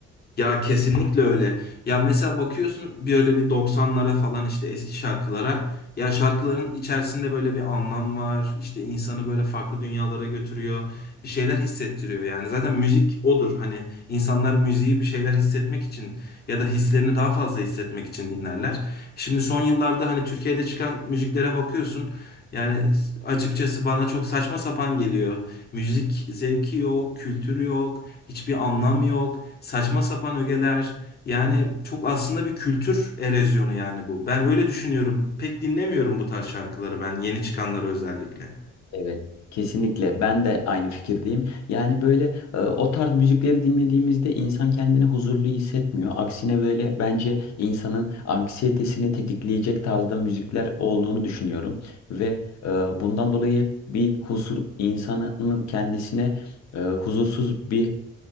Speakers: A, on the left (about 30°); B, on the left (about 60°).
A: Ya kesinlikle öyle. Ya mesela bakıyorsun böyle bir doksanlara falan işte eski şarkılara. Ya şarkıların içerisinde böyle bir anlam var. İşte insanı böyle farklı dünyalara götürüyor. Bir şeyler hissettiriyor yani. Zaten müzik odur. Hani insanlar müziği bir şeyler hissetmek için ya da hislerini daha fazla hissetmek için dinlerler. Şimdi son yıllarda hani Türkiye'de çıkan müziklere bakıyorsun. Yani açıkçası bana çok saçma sapan geliyor. Müzik zevki yok, kültürü yok, hiçbir anlam yok, saçma sapan ögeler. Yani çok aslında bir kültür erozyonu yani bu. Ben öyle düşünüyorum. Pek dinlemiyorum bu tarz şarkıları ben, yeni çıkanları özellikle.
B: Evet, kesinlikle. Ben de aynı fikirdeyim. Yani böyle e, o tarz müzikleri dinlediğimizde insan kendini huzurlu hissetmiyor. Aksine böyle bence insanın anksiyetesini tetikleyecek tarzda müzikler olduğunu düşünüyorum. Ve e, bundan dolayı bir huzur insanın kendisine e, huzursuz bir